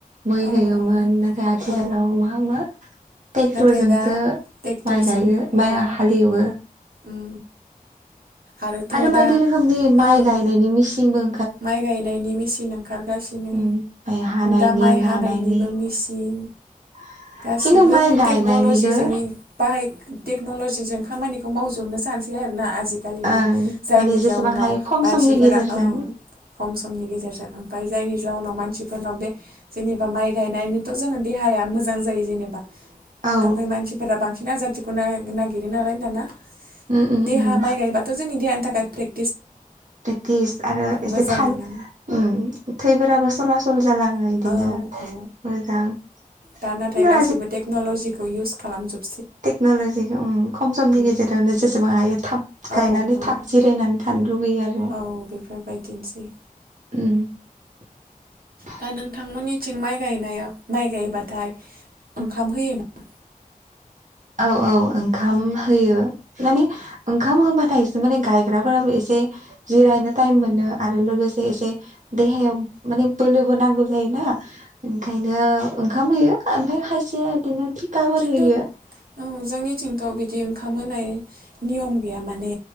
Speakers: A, on the right; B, on the right.
A: मै
B: औ
A: होयोमोन
B: औ
A: नाथाय आथिखालाव
B: औ
A: मा मा ट्रेक्टरजोंसो
B: नाथाय दा ट्रेक्टरजों
A: माइ गायो माइ
B: औ
A: हालेवो।
B: उम आरोथ'
A: आरो बायदि
B: दा
A: रोखोमनि माइ
B: ओं
A: गायनायनि मेसिनबो
B: माइ गायनायनि मेचिन ओंखारगासिनो
A: उम माइ हानायनि
B: दा माइ
A: नानायनि
B: हानायनिबो मेचिन
A: <inaudible>
B: गासिबो
A: खिन्थु माइ गायनायनिखौ
B: टेक्नलजिजोंनि बाहाय टेक्नलजिजों खामानिखौ मावजोबनो सानसै आरोना। आजिखालिनिया
A: ओं
B: जायनि
A: माने जेसेबां
B: जाउनाव
A: हायो खम
B: मानसिफोरा
A: समनि गेजेरजों
B: ओं खम समनि गेजेरजों ओमफ्राय जायनि जाउनाव मानसिफोरनाव बे जेनेबा माइ गायनानैथ जोङो देहा हाया मोजां जायो जेनेबा
A: औ
B: ओमफ्राय मानसिफोरा बांसिन आजादिखौ नागिरो नालाय दाना।
A: उम उम
B: देहा
A: उम
B: माइ गायबाथ जोंनि देहानि थाखाय फ्रेक
A: प्रेक्टिस आरो एसे
B: मोजां
A: थाल
B: मोनो
A: उम थैफोराबो सला सल जालाङो इदिनो
B: औ
A: मोजां
B: औ दा नाथाय
A: खिन्थु
B: गासिबो टेक्नलजिखौ इउस खालामजोब
A: टेक्नलजि खम समनि
B: उम
A: गेजेरावनो जेसेबां हायो थाब गायनानै
B: औ औ
A: थाब जिरायनानै थानो लुगैयो आरो।
B: औ बेफोरबायदिनोसै।
A: उम <inaudible>
B: दा नोंथांमोननिथिं माइ गायनायाव माइ गायबाथाय ओंखाम
A: उम
B: होयो ना
A: औ औ ओंखाम होयो माने ओंखाम होबाथायसो माने गायग्राफोराबो एसे से जिरायनो टाइम मोनो आरो लोगोसे एसे देहायाव माने बोलोबो नांगौ जायो। दा ओंखायनो ओंखाम होयो ओमफ्राय खायसेया बिदिनो थिखाफोर
B: खिन्थु
A: होयो। <inaudible>
B: औ जोंनिथिंथ बिदि ओंखाम होनाय नियम गैया माने